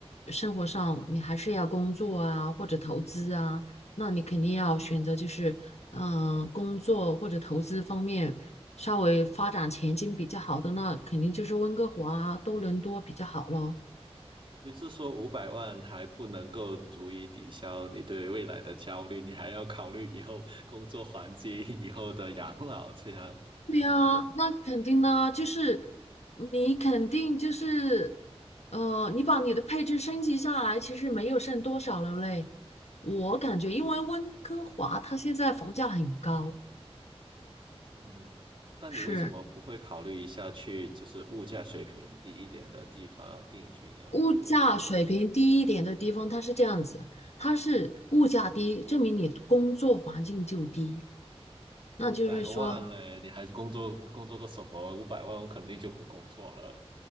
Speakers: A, on the left (about 80°); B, on the right (about 50°).
A: 生活上你还是要工作啊，或者投资啊。那你肯定要选择就是嗯、呃工作或者投资方面稍微发展前景比较好的，那肯定就是温哥华啊、多伦多比较好咯。
B: 也就是说，五百万还不能够足以抵消你对未来的焦虑，你还要考虑以后工作环境、以后的养老，这样对吗？
A: 对呀，那肯定呢，就是你肯定就是，呃，你把你的配置升级下来，其实没有剩多少了嘞。我感觉，因为温哥华它现在房价很高，
B: 嗯，但你为什么不会考虑一下去就是物价水平低一点的地方定居呢？
A: 是。物价水平低一点的地方，
B: 比如说，对，
A: 它是这样子，它是物价低，证明你工作环境就低，那就是说，
B: 五百万嘞，你还工作工作个什么？五百万我肯定就不工作了。